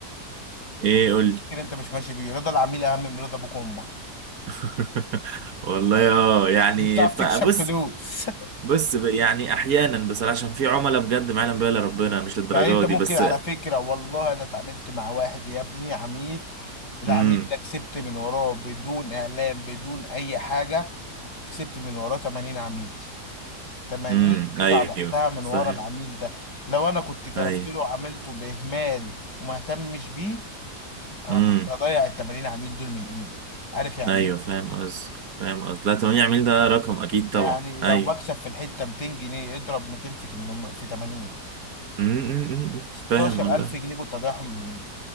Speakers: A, on the right (about 60°); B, on the left (about 80°).
A: ايه قولي
B: كده انت مش ماشي بيه رضا العميل اهم من رضا ابوك وامك
A: <laughs> والله اه يعني
B: مش بتعرف
A: فبص
B: تكسب فلوس <laughs>
A: بص ب- يعني احيانا بصراحة عشان في عملاء بجد ما يعلم بها الا ربنا مش للدرجة
B: يعني انت ممكن
A: دي بس
B: على فكرة والله انا اتعاملت مع واحد يا ابني عميل العميل
A: امم
B: ده كسبت من وراه بدون اعلان بدون اي حاجة كسبت من وراه 80 عميل 80
A: امم
B: قطعة
A: ايوه
B: بعتها من ورا
A: فاهم
B: العميل ده لو انا كنت كرفت
A: ايوه
B: له وعملته باهمال وما اهتمش بيه انا
A: امم
B: كنت هضيع ال 80 عميل دول من ايدي عارف يعني
A: ايوه
B: ايه
A: فاهم قصدي فاهم قصدي لا 8 عميل ده رقم اكيد
B: يعني
A: طبعا
B: لو
A: ايوه
B: بكسب في الحتة 200 جنيه اضرب 200 في 800 في 80
A: امم أمم، أمم،
B: 16000
A: فاهم والله
B: جنيه كنت هضيعهم من ايدي